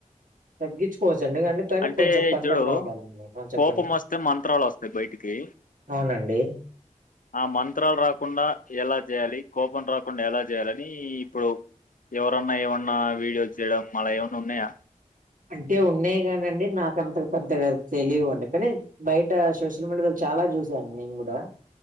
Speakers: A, on the right; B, on the left.
A: తగ్గించుకోవచ్చండి అంటె కానీ
B: అంటే
A: కొంచెం కంట్రోల్
B: చూడు
A: లో ఉండాలండి చెప్పండి
B: కోపం వస్తే మంత్రాలు వస్తాయి బయటికి
A: అవునండి
B: ఆ మంత్రాలు రాకుండా ఎలా చేయాలి కోపం రాకుండా ఎలా చేయాలని ఇప్పుడు ఎవరన్నా ఏమన్నా వీడియోస్ చేయడం అలా ఏమన్నా ఉన్నాయా
A: అంటే ఉన్నాయి కానండి నాకంత పెద్ద తెలివండి కానీ బయట సోషల్ మీడియాలో చాలా చూసాను నేను కూడా